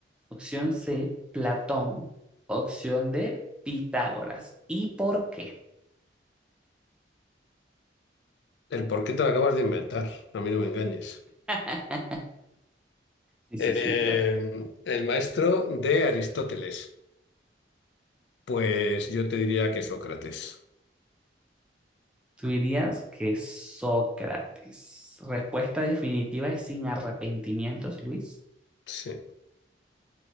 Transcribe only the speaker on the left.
el por qué te lo acabas de inventar, a mí no me engañes.
Eh,
el maestro de Aristóteles, pues yo te diría que Sócrates.
Sí,